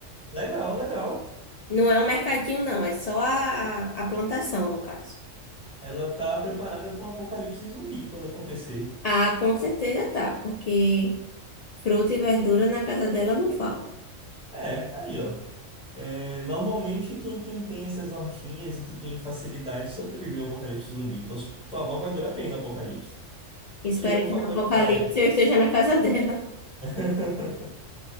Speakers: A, in the centre; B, on the left.
A: Legal, legal.
B: Não é um mercadinho, não, é só a, a plantação, no caso.
A: Ela tá preparada para um apocalipse zumbi quando acontecer.
B: Ah, com certeza tá, porque fruta e verdura na casa dela não falta.
A: É, aí, ó. É, normalmente, quem, quem tem essas hortinhas e que tem facilidade sobrevive ao apocalipse zumbi. Então, sua avó vai durar bem no apocalipse.
B: Espero
A: Tirando o
B: que
A: fator
B: no apocalipse
A: idade, né?
B: eu esteja na casa <laughs> dela.
A: <laughs>